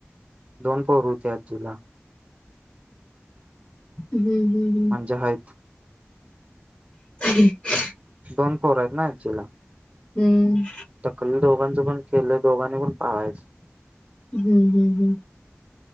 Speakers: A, on the right; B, on the left.
A: दोन पोरं होती. आजीला
B: हम्म हम्म
A: म्हणजे आहेत.
B: <unintelligible>
A: दोन पोर आहेत. ना आजीला
B: हम्म हम्म
A: टकलं दोघांचं पण, केलंय, दोघांनी पण पाळायचं.
B: हम्म हम्म हम्म